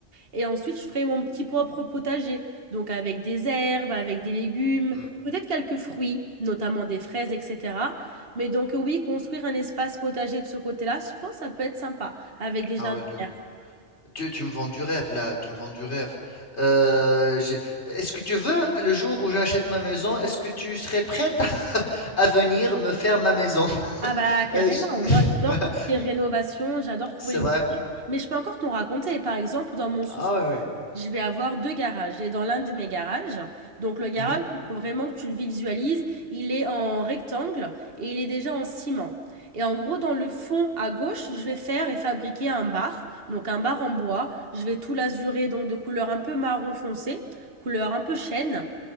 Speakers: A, on the right; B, on the left.
A: Et ensuite, je ferai mon petit propre potager. Donc, avec des herbes, avec des légumes.
B: Mm.
A: Peut-être quelques fruits, notamment des fraises, etc. Mais donc euh, oui, construire un espace potager de ce côté-là, je pense que ça peut être sympa avec des
B: Ah
A: jardinières.
B: ouais, Tu, tu me vends du rêve là, tu me vends du rêve. Euh, j'ai- est-ce que tu veux, le jour où j'achète ma maison, est-ce que tu serais prête <laughs> à, venir me faire ma maison?
A: Ah bah carrément,
B: Euh, j- <laughs>
A: moi j'adore tout ce qui est rénovation, j'adore trouver
B: C'est vrai.
A: les... Mais je peux encore t'en raconter, par exemple, dans mon sous
B: Ah ouais, ouais.
A: je vais avoir deux garages. Et dans l'un de mes garages, donc le garage,
B: Mhm.
A: il faut vraiment que tu le visualises, il est en rectangle et il est déjà en ciment. Et en gros, dans le fond à gauche, je vais faire et fabriquer un bar, donc un bar en bois. Je vais tout l'azurer, donc de couleur un peu marron foncé, couleur un peu chêne.